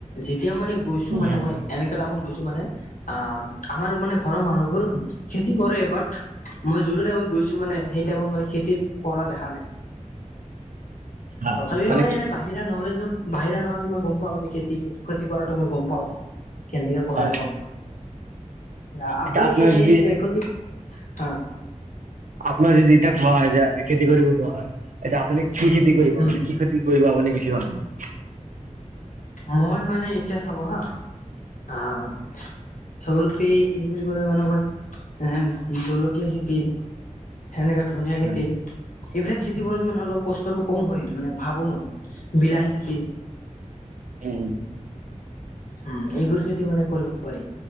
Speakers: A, on the left (about 85°); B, on the right (about 85°).
A: যেতিয়া মানে গৈছো
B: হয়
A: মানে মই এনেকক টাইমত গৈছো মানে, আহ আমাৰ মানে ঘৰৰ মানুহবোৰ খেতি কৰে বাট, মই যোমতো টাইমত গৈছো গৈছো মানে সেই টাইমত মানে খেতি কৰা দেখা নাই,
B: হ্যাঁ,
A: তথাপি মানে
B: কি
A: এনে বাহি বাহিৰা নলেজত, বাহিৰা নলেজত মই গম পাওঁ, যে খেতি ক্ষতি কৰাটো মই গম পাওঁ কেনেকে কৰে
B: হয়
A: অলপ, আহ আপুনি
B: এতিয়া আপোনাৰ
A: এনে
B: যদি
A: সতি, আহ।
B: আপোনাৰ যদি এতিয়া কোৱা হয় যে খেতি কৰিব কোৱা হয়, এতিয়া আপুনি কি খেতি কৰিব
A: উম
B: মানে কি খেতি কৰিব আপুনি বেছি ভাল পায়।
A: মই মানে এতিয়া চাব হা, আহ চবতকে ই বুলি ক'লে মানে মই, এ জলকীয়া খেতি সেনেকাে ধনিয়া খেতি,
B: হয়।
A: এইবিলাক খেতি
B: উম
A: কৰি মানে অলপ কষ্টতটো কম হয় মানে ভাবো মই, বিলাহী খেতি‌।
B: উম।
A: উম, সেইবোৰ খেতি মানে কৰিব পাৰি।